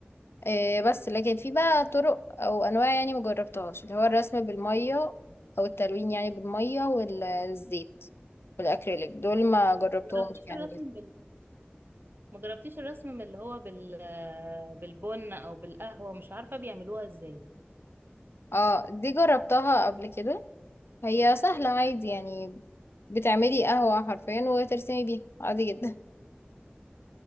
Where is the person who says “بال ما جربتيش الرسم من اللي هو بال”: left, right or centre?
Right